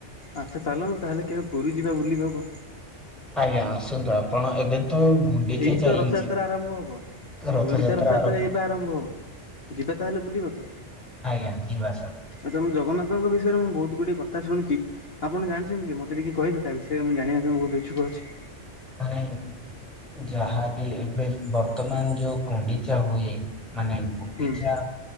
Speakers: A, on the left; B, in the centre.
A: ଆଚ୍ଛା, ଚାଲନ୍ତୁ ତାହେଲେ କେବେ ପୁରୀ ଯିବା ବୁଲିିବାକୁ?
B: ଆଜ୍ଞା ଆସନ୍ତୁ ଆପଣ ଏବେ ତ ଗୁଣ୍ଡିଚା
A: ଏଇ
B: ଚାଲିଚି।
A: ତ ରଥଯାତ୍ରା ଆରମ୍ଭ ହବ।
B: ରଥଯାତ୍ରା
A: ଗୁଣ୍ଡିଚା
B: ଆରମ୍ଭ।
A: ଏଇ ବା ହବ ଯିବା ତାହେଲେ ବୁଲିବାକୁ?
B: ଆଜ୍ଞା ଯିବା ସାର୍।
A: ଆ ତୋମ ଜ ଗନ୍ନାଥଙ୍କ ବିଷୟରେ ମୁଁ ବହୁତ ଗୁଡ଼ିଏ କଥା ଶୁଣିଚି ଆପଣ ଜାଣିଛନ୍ତି କି ମୋତେ ଟିକେ କହିବେ ତା ବିଷୟରେ ମୁଁ ଜଣିବା ପାଇଁ ବହୁତ ଇଛୁ ଛୁକ ଅଛି?
B: ନାହିଁ ଯାହାବି ଏବେ ବର୍ତ୍ତମାନ ଯୋଉ ଗୁଣ୍ଡିଚା ହୁଏ। ମାନେ ଗୁଣ୍ଡିଚା,
A: ହୁଁ